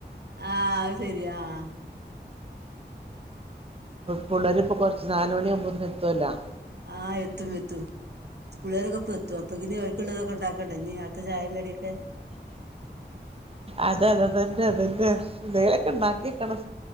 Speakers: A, on the right; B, on the right.
A: ആഹ് അത് ശെരിയാ ആഹ്
B: പിള്ളരിപ്പൾ കുറച്ച് നാല് മണിയ ആകുമ്പോത്തന് എത്തുമല്ലോ
A: ആഹ് എത്തും എത്തും സ്കൂളുകരൊക്കെ ഇപ്പോ എത്തും അപ്പ ഇനി അവർക്കള്ളതൊക്കെ ഉണ്ടാക്കണ്ട ഇനി അടുത്തെ ചായ കടിയൊക്കെ
B: അത അത അതന്നെ അതന്നെ ന്തെലൊക്കെ ണ്ടാക്കി വെക്കണം